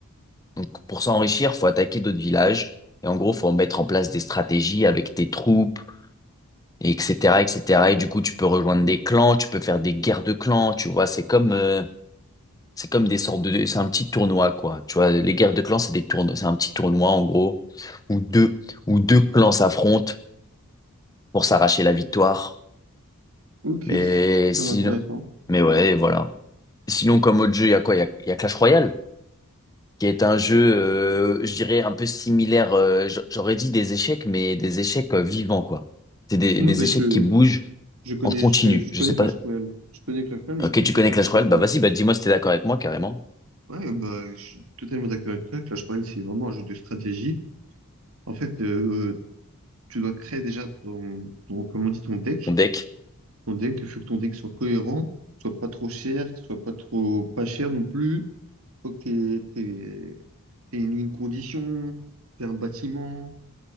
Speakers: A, on the left; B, on the right.
A: Donc, pour s'enrichir, faut attaquer d'autres villages. Et en gros, faut mettre en place des stratégies avec tes troupes, et etc., etc. Et du coup, tu peux rejoindre des clans, tu peux faire des guerres de clans. Tu vois, c'est comme, euh, C'est comme des sortes de, c'est un petit tournoi, quoi. Tu vois, les guerres de clans, c'est des tournois, c'est un petit tournoi, en gros, où deux, où deux clans s'affrontent pour s'arracher la victoire.
B: Ok,
A: Mais
B: c'est super
A: sinon,
B: intéressant.
A: mais ouais, voilà. Sinon, comme autre jeu, il y a quoi? Il y a, il y a Clash Royale, qui est un jeu, euh, je dirais, un peu similaire, euh, j- j'aurais dit des échecs, mais des échecs euh, vivants, quoi. C'est des,
B: Moi,
A: des
B: ben,
A: échecs
B: je,
A: qui bougent
B: je connais,
A: en continu.
B: je, je
A: Je
B: connais
A: sais
B: Clash
A: pas.
B: Royale. Je connais Clash Royale, mais
A: Ok,
B: je connaissais
A: tu connais
B: pas
A: Clash
B: Clash
A: Royale?
B: of Clans.
A: Bah, vas-y, bah, dis-moi si t'es d'accord avec moi, carrément.
B: Ouais, bah, je suis totalement d'accord avec toi. Clash Royale, c'est vraiment un jeu de stratégie. En fait, euh, tu dois créer déjà ton, ton, comment on dit, ton deck.
A: Mon deck.
B: ton deck. Il faut que ton deck soit cohérent, soit pas trop cher, que soit pas trop pas cher non plus. Faut que t'aies, t'aies- t'aies une, une condition, t'aies un bâtiment,